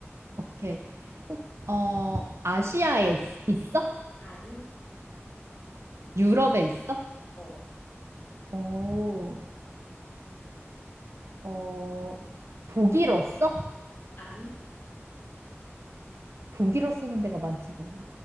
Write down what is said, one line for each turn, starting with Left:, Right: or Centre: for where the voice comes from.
Right: 오케이. 혹, 어, 아시아에 있, 있어?
Left: 아니
Right: 유럽에 있어?
Left: 어
Right: 어, 어, 독일어 써?
Left: 아니
Right: 독일어 쓰는 데가 많지 거기